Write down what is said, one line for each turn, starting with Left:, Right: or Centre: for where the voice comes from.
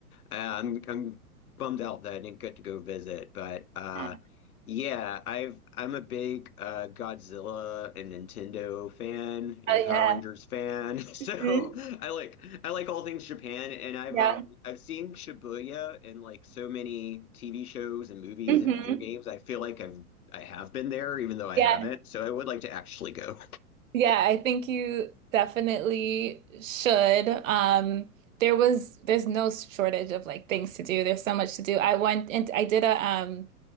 Left: Um, I'm I'm bummed out that I didn't get to go visit, but uh,
Right: À,
Left: yeah, I've I'm a big uh, Godzilla and Nintendo fan and
Right: ừ,
Left: Power
Right: à.
Left: Rangers fan, <laughs> so
Right: Ừm,
Left: I like I like all things Japan, and I've
Right: dạ.
Left: um I've seen Shibuya in like so many TV shows and movies
Right: Ừm
Left: and video games. I feel like I've I have been there, even though I
Right: Yeah.
Left: haven't. So I would like to actually go.
Right: Yeah, I think you definitely should. Um, there was there's no shortage of like things to do. There's so much to do. I went and I did a um